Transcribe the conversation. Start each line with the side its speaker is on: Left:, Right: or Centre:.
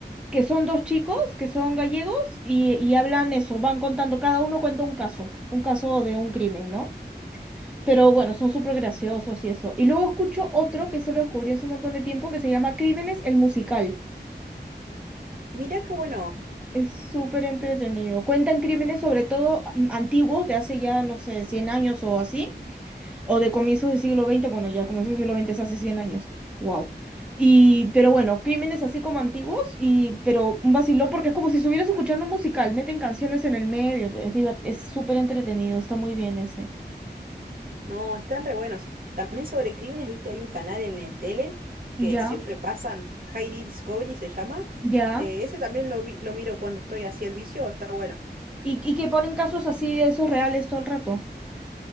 Centre: que son dos chicos que son gallegos y, y hablan eso, van contando, cada uno cuenta un caso, un caso de un crimen, ¿no? Pero bueno, son súper graciosos y eso. Y luego escucho otro que se lo descubrí hace un montón de tiempo que se llama Crímenes, el musical.
Right: Mirá qué bueno.
Centre: Es súper entretenido. Cuentan crímenes sobre todo mm, antiguos, de hace ya, no sé, 100 años o así. o de comienzos del siglo veinte bueno, ya comienzos del siglo veinte es hace 100 años, wow. Y, pero bueno, crímenes así como antiguos, y, pero un vacilón porque es como si estuvieras escuchando un musical, meten canciones en el medio, pues, es divert- es súper entretenido, está muy bien ese.
Right: No, están re buenos. También sobre crímenes, viste, hay un canal en el tele que
Centre: Ya,
Right: siempre pasan, Heidi Discovery se llama.
Centre: ya.
Right: Eh, ese también lo, vi- lo miro cuando estoy así el vicio, está bueno.
Centre: Y, y que ponen casos así de esos reales todo el rato.